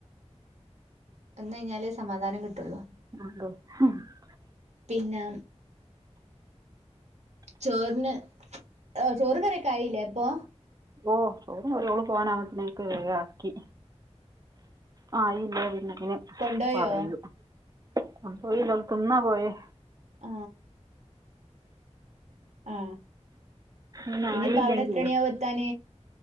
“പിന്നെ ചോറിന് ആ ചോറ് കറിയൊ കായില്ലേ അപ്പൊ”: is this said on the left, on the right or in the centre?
Right